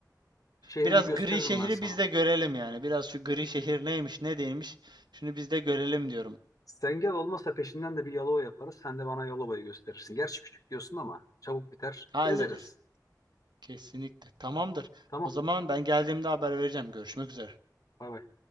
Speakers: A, on the left (about 50°); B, on the right (about 85°).
A: Şehri
B: Biraz
A: bir gösteririm
B: gri şehri
A: ben sana.
B: biz de görelim yani. Biraz şu gri şehir neymiş ne değilmiş şunu biz de görelim diyorum.
A: Sen gel olmazsa peşinden de bir Yalova yaparız. Sen de bana Yalova'yı gösterirsin. Gerçi küçük diyorsun ama çabuk biter.
B: Hallederiz.
A: Gezeriz.
B: Kesinlikle. Tamamdır.
A: Tamam.
B: O zaman ben geldiğimde haber vereceğim. Görüşmek üzere.
A: Bay bay.